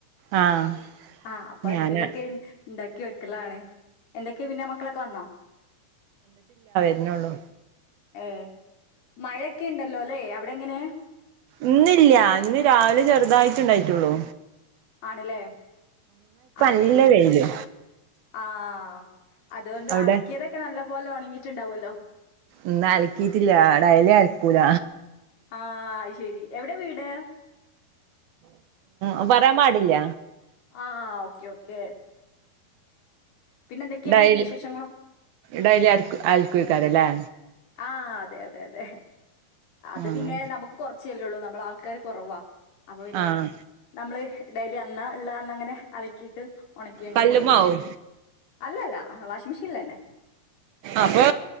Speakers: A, on the right (about 70°); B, on the left (about 75°).
A: ആഹ്
B: ആഹ അപ്പൊ
A: ഞാന്
B: എന്തലൊക്കെ ഉണ്ടാക്കി മക്കളാണ് എന്തൊക്കെയ പിന്നെ മക്കളൊക്കെ വന്നോ
A: എന്നന്നോളൂ
B: ഏ മഴയൊക്കെ ഉണ്ടല്ലോ അല്ലെ അവിടെ എങ്ങനെ
A: ഇന്നല്ല ഇന്ന് രാവിലെ ചെറുതായിട്ടുണ്ടായിട്ടുള്ളു
B: ആണല്ലേ അത്
A: നല്ല
B: ശരി
A: വെയില്
B: ആ ആഹ അതുകൊണ്ട്
A: അവിടെ
B: അളക്കിയതൊക്കെ നല്ല പോലെ ഉണങ്ങിട്ട് ുണ്ടാവല്ലോ
A: ഇന്ന് അലക്കിട്ടില്ല ആട അലേ അലക്കൂല
B: ആഹ ശരി എവിടെ വീട്
A: ഉ പറയാൻ പാടില്ല
B: ആഹ ആ ഓക്കെ ഓ െ പിന്നെ എന്തൊക്കെയാണ്
A: ഡൈലി
B: വിശേഷങ്ങള്
A: ഡയലി ആ ആൽക്കിക്കാതല്ലേ
B: ആ അതെ അതെ അതെ അത്
A: ആഹ്
B: പിന്നെ നമുക്ക് കുറച്ചല്ലള്ളൂ നമ്മള ആൾക്കാാര് കുറവാ അപ്പൊ പിന്നെ
A: ആഹ്
B: നമ്മള് ഡെയിലി അന്ന് ഉള്ള അന്ന് അങ്ങനെ അലക്കിയിട്ട് ഉണക്കി അങ്ങനെ
A: കല്ലുമ്മാവും
B: കൊണ്ടോയിടും അല്ലല്ല ആഹ വാഷി്ഗ് മെഷീണി ത ന്നെ
A: അപ്പൊ